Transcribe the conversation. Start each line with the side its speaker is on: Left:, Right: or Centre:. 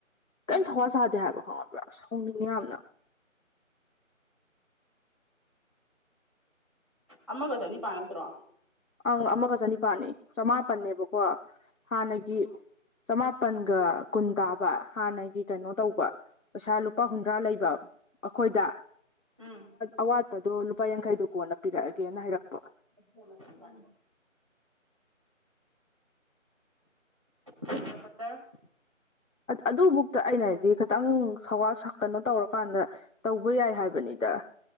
Left: ꯀꯔꯤꯝ
Right: ꯎꯝ
Left: ꯊꯋꯥ ꯁꯥꯗꯦ ꯍꯥꯏꯕ ꯈꯪꯉꯕ꯭ꯔꯥ ꯁꯥꯎꯅꯤꯡꯉꯦ ꯌꯥꯝꯅ
Right: ꯑꯃꯒꯣ ꯆꯅꯤꯄꯥꯟ ꯅꯠꯇꯔꯣ
Left: ꯑꯪ ꯑꯃꯒ ꯆꯅꯤꯄꯥꯟꯅꯦ ꯆꯃꯥꯄꯟꯅꯦꯕꯀꯣ ꯍꯥꯟꯅꯒꯤ ꯆꯃꯥꯄꯟꯒ ꯀꯨꯟ ꯇꯥꯕ ꯍꯥꯟꯅꯒꯤ ꯀꯩꯅꯣ ꯇꯧꯕ ꯄꯩꯁꯥ ꯂꯨꯄꯥ ꯍꯨꯝꯗ꯭ꯔꯥ ꯂꯩꯕ ꯑꯩꯈꯣꯏꯗ
Right: ꯎꯝ
Left: ꯑꯋꯥꯠꯄꯗꯣ ꯂꯨꯄꯥ ꯌꯥꯡꯈꯩꯗꯣ ꯀꯣꯟꯅ ꯄꯤꯔꯛꯑꯒꯦꯅ ꯍꯥꯏꯔꯛꯄ
Right: <unintelligible> ꯅꯦꯜ ꯀꯠꯇꯔ
Left: ꯑꯗꯨꯕꯨꯛꯇ ꯑꯩꯅ ꯍꯥꯏꯗꯤ ꯈꯤꯇꯪ ꯊꯧ ꯋꯥ ꯁꯥ ꯀꯩꯅꯣ ꯇꯧꯔꯀꯥꯟꯗ ꯇꯧꯕ ꯌꯥꯏ ꯍꯥꯏꯕꯅꯤꯗ